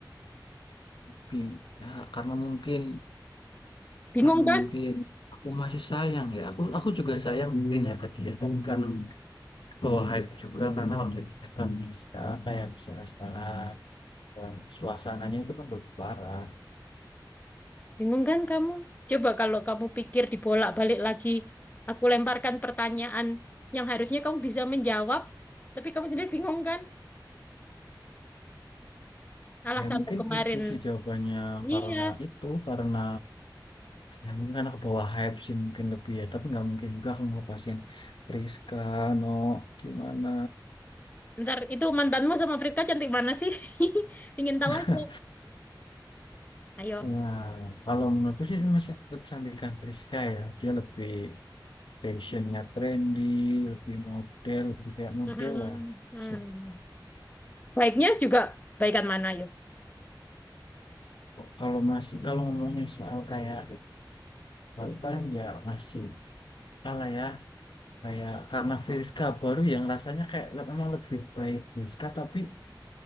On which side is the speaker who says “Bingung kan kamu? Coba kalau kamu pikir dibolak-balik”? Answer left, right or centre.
Left